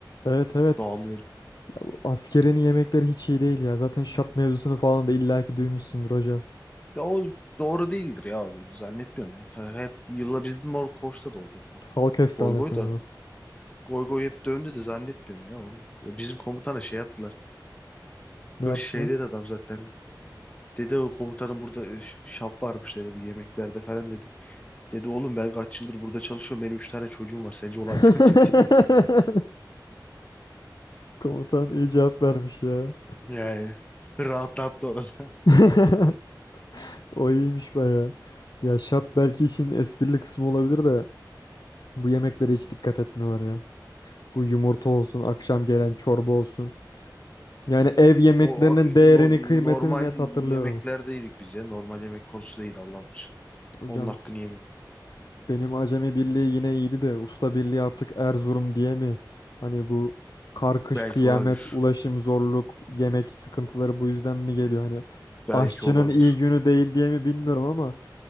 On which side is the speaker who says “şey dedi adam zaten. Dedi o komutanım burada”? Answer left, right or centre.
Left